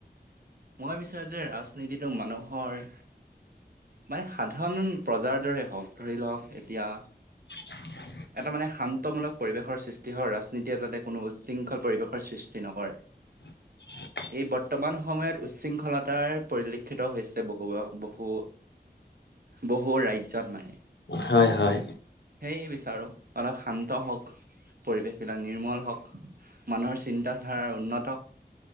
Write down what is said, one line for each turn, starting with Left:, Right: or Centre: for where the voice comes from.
Right: মই বিচাৰো যে ৰাজনীতিটো মানুহৰ মানে সাধাৰণ প্ৰজাৰ দৰে হওঁক ধৰি লওক এতিয়া
Left: <unintelligible>
Right: এটা মানে শান্তমূলক পৰিৱেশৰ সৃষ্টি হয়, ৰাজনীতিয়ে যাতে কোনো উশৃংখল পৰিৱেশৰ সৃষ্টি নকৰে।
Left: <unintelligible>
Right: এই বৰ্তমান সময়ত উশৃংখলতাৰ পৰিলক্ষিত হৈছে বহু বহু বহু ৰাজ্যত নাই।
Left: হয় হয়।
Right: সেয়ে বিচাৰোঁ অলপ শান্ত হওঁক। পৰিৱেশবিলাক নিৰ্মল হওঁক, মানুহৰ চিন্তাধাৰাৰ উন্নত